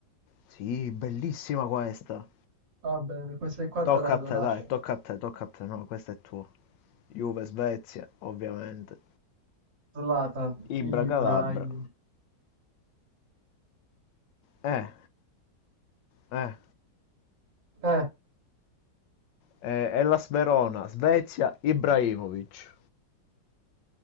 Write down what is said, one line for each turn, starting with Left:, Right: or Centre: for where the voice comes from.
Left: Sì, bellissima questa.
Right: Va bene, queste qua
Left: Tocca
Right: te la
Left: a te,
Right: lascio.
Left: dai, tocca a te, tocca a te. No, questo è tuo. Juve, Svezia, ovviamente.
Right: Zlatan,
Left: Ibra
Right: Ibrahim.
Left: Calabra. Eh, eh.
Right: Eh,
Left: eh, Hellas Verona, Svezia, Ibrahimovic.